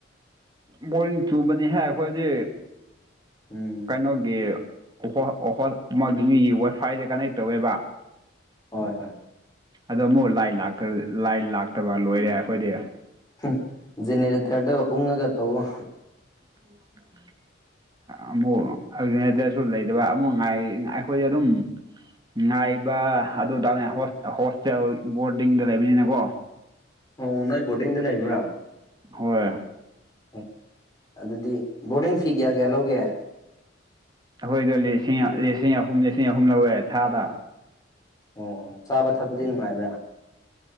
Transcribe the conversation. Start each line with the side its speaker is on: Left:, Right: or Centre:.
Right: ꯕꯣꯔꯤꯡ ꯆꯨꯕꯅꯤꯍ ꯑꯩꯈꯣꯏꯗꯤ
Left: ꯎꯝ
Right: ꯀꯩꯅꯣꯒꯤ ꯑꯣ ꯍꯣꯏ ꯑꯃꯒꯤ ꯃꯤꯒꯤ ꯋꯥꯏꯐꯥꯏꯗ ꯀꯅꯦꯛ ꯇꯧꯋꯦꯕ
Left: ꯍꯣꯏ ꯍꯣꯏ
Right: ꯑꯗꯣ ꯑꯃꯨꯛ ꯂꯥꯠ ꯂꯥꯛꯇꯔꯗꯤ ꯂꯥꯠ ꯂꯥꯛꯇꯕ ꯂꯣꯏꯔꯦ ꯑꯩꯈꯣꯏꯗꯤ
Left: ꯍꯨꯝ ꯘꯤꯅꯦꯔꯦꯇꯔꯗꯣ ꯎꯝꯉꯒ ꯇꯧꯎꯋꯦ
Right: <unintelligible> ꯑꯃꯨꯛ ꯘꯤꯅꯦꯔꯦꯇꯔꯁꯨ ꯂꯩꯗꯕ ꯑꯃꯨꯛ ꯉꯥꯏ ꯑꯩꯈꯣꯏꯗꯤ ꯑꯗꯨꯝ ꯉꯥꯏꯕ ꯑꯗꯨ ꯇꯅꯦ ꯍꯣꯁꯇꯦꯜ ꯕꯣꯔꯗꯤꯡꯗ ꯂꯩꯕꯅꯤꯅꯀꯣ
Left: ꯑꯣ ꯅꯣꯏ ꯕꯣꯔꯗꯤꯡꯗ ꯂꯩꯕ꯭ꯔꯥ
Right: ꯍꯣꯏ
Left: ꯑꯦ ꯑꯗꯨꯗꯤ ꯕꯣꯔꯗꯤꯡ ꯐꯤ ꯀꯌꯥ ꯀꯌꯥ ꯂꯧꯒꯦ
Right: ꯑꯩꯈꯣꯏꯗꯥ ꯂꯤꯁꯤꯡ ꯂꯤꯁꯤꯡ ꯑꯍꯨꯝ ꯂꯤꯁꯤꯡ ꯑꯍꯨꯝ ꯂꯧꯋꯦ ꯊꯥꯗ
Left: ꯑꯣ ꯆꯥꯕ ꯊꯛꯄꯗꯤ ꯅꯨꯡꯉꯥꯏꯕ꯭ꯔꯥ